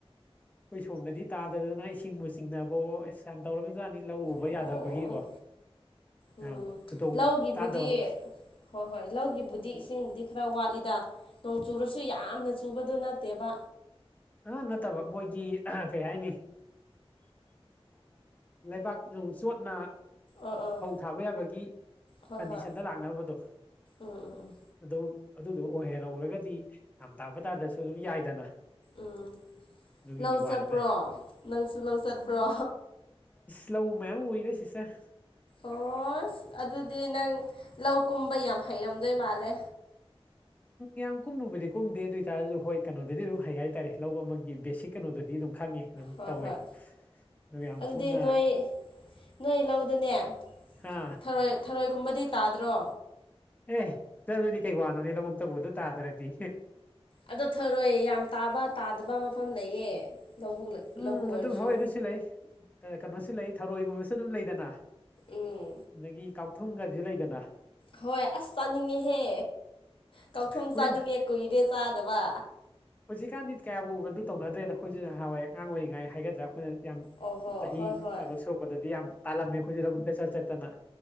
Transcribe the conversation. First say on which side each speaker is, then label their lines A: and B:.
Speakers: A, on the left; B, on the left.
A: ꯑꯩꯈꯣꯏ ꯁꯣꯝꯗꯗꯤ ꯇꯥꯗꯗꯅ ꯏꯁꯤꯡꯕꯨ ꯆꯤꯡꯅꯕꯣ ꯑꯦ ꯌꯥꯝ ꯇꯧꯔꯕꯖꯥꯠꯅꯤ ꯂꯧ ꯎꯕ
B: ꯑꯣ
A: ꯌꯥꯗꯕꯒꯤꯀꯣ
B: ꯎꯝ
A: ꯑ ꯈꯨꯗꯣꯡ
B: ꯂꯧꯒꯤꯕꯨꯗꯤ
A: ꯆꯥꯗꯕ
B: ꯍꯣꯏ ꯍꯣꯏ ꯂꯧꯒꯤꯕꯨꯗꯤ ꯏꯁꯤꯡꯕꯨꯗꯤ ꯈꯔ ꯋꯥꯠꯂꯤꯗ ꯅꯣꯡ ꯆꯨꯔꯁꯨ ꯌꯥꯝꯅ ꯆꯨꯕꯗꯨ ꯅꯠꯇꯦꯕ
A: ꯑꯥ ꯅꯠꯇꯕ ꯃꯣꯏꯗꯤ ꯀꯩ ꯍꯥꯏꯅꯤ ꯂꯩꯕꯥꯛ ꯅꯨꯡ ꯆꯣꯠꯅ
B: ꯑꯥ ꯑꯥ
A: ꯐꯧ ꯊꯥꯕ ꯌꯥꯕꯒꯤ
B: ꯍꯣꯏ
A: ꯀꯟꯗꯤꯁꯟꯗ
B: ꯍꯣꯏ
A: ꯂꯥꯛꯅꯕꯗꯣ
B: ꯎꯝ ꯎꯝ ꯎꯝ
A: ꯑꯗꯨ ꯑꯗꯨꯗꯣ ꯑꯣꯏꯍꯦꯔꯧꯔꯒꯗꯤ ꯌꯥꯝ ꯇꯥꯛꯄ ꯇꯥꯗꯁꯨ ꯑꯗꯨꯝ ꯌꯥꯏꯗꯅ
B: ꯎꯝ
A: ꯑꯗꯨꯒꯤꯗꯤ
B: ꯂꯧ
A: ꯋꯥꯅꯤꯗ
B: ꯆꯠꯄ꯭ꯔꯣ ꯅꯪꯁꯨ ꯂꯧ ꯆꯠꯄ꯭ꯔꯣ
A: ꯂꯧꯧ ꯃꯌꯥꯝ ꯎꯏꯔꯦ ꯁꯤ ꯁꯥꯦ
B: ꯑꯣꯁ ꯑꯗꯨꯗꯤ ꯅꯪ ꯂꯧ ꯀꯨꯝꯕ ꯌꯥꯝ ꯍꯩꯔꯝꯗꯣꯏ ꯃꯥꯜꯂꯦ
A: ꯌꯥꯝ ꯀꯨꯝꯃꯨꯕꯨꯗꯤ ꯀꯨꯝꯗꯦ ꯑꯗꯨ ꯑꯣꯏꯇꯥꯔꯁꯨ ꯍꯣꯏ ꯀꯩꯅꯣꯗꯗꯤ ꯑꯗꯨꯝ ꯍꯩ ꯍꯥꯏꯇꯥꯥꯔꯦ ꯂꯧ ꯑꯃꯒꯤ ꯕꯦꯁꯤꯛ ꯀꯩꯅꯣꯗꯗꯤ ꯑꯗꯨꯝ ꯈꯪꯉꯤ ꯑꯗꯨꯝ
B: ꯍꯣꯏ
A: ꯇꯧꯋꯦ
B: ꯍꯣꯏ
A: ꯑ ꯌꯥꯝ
B: ꯑꯗꯨꯗꯤ
A: ꯀꯨꯞꯅ
B: ꯅꯣꯏ ꯅꯣꯏ ꯂꯧꯗꯅꯦ
A: ꯍꯥ
B: ꯊꯔꯣꯏ ꯊꯔꯣꯏꯒꯨꯝꯕꯗꯤ ꯇꯥꯗ꯭ꯔꯣ
A: ꯑꯦ ꯆꯔꯗꯤ ꯀꯩꯏ ꯋꯥꯅ ꯅ ꯏꯂ ꯃꯨꯛꯛꯇꯕꯨꯗꯨ ꯇꯥꯇꯔꯗꯤ
B: ꯑꯗꯣ ꯊꯔꯣꯏ ꯌꯥꯝ ꯇꯥꯕ ꯇꯥꯗꯕ ꯃꯐꯝ ꯂꯩꯌꯦ ꯂꯧꯕꯨꯛ
A: ꯎꯝ
B: ꯂꯧꯕꯨꯛ ꯑꯣꯏꯔꯁꯨ
A: ꯑꯗꯨꯝ ꯍꯣꯏ ꯑꯗꯨꯁꯨ ꯂꯩ ꯀꯩꯅꯣꯁꯨ ꯂꯩ ꯊꯔꯣꯏꯒꯨꯝꯕꯁꯨ ꯑꯗꯨꯝ ꯂꯩꯗꯅ
B: ꯎꯝ
A: ꯑꯗꯒꯤ ꯀꯥꯎꯊꯨꯝꯒꯁꯨ ꯂꯩꯗꯅ
B: ꯍꯣꯏ ꯑꯁ ꯆꯥꯅꯤꯡꯉꯦꯍꯦ ꯀꯧꯊꯨꯝ
A: ꯀꯨꯏ
B: ꯆꯥꯅꯤꯡꯉꯦ ꯀꯨꯏꯗꯦ ꯆꯥꯗꯕ
A: ꯍꯧꯖꯤꯛꯀꯥꯟꯗꯤ ꯀꯌꯥꯕꯨ ꯑꯗꯨ ꯇꯧꯅꯗ꯭ꯔꯦꯗ ꯑꯩꯈꯣꯏꯁꯨ ꯍꯥꯟꯋꯥꯏꯉꯥꯡ ꯑꯣꯏꯔꯤꯉꯥꯏ ꯍꯥꯏꯒꯗ꯭ꯔꯥ ꯑꯩꯈꯣꯏꯅ ꯌꯥꯝ
B: ꯑꯣ ꯍꯣ
A: ꯆꯍꯤ
B: ꯍꯣꯏ ꯍꯣꯏ
A: ꯀꯩꯅꯣ ꯁꯣꯛꯄꯗꯗꯤ ꯌꯥꯝ ꯇꯥꯜꯂꯝꯃꯤ ꯑꯩꯈꯣꯏꯖꯤꯗ ꯑꯃꯨꯛꯇ ꯆꯠ ꯆꯠꯇꯅ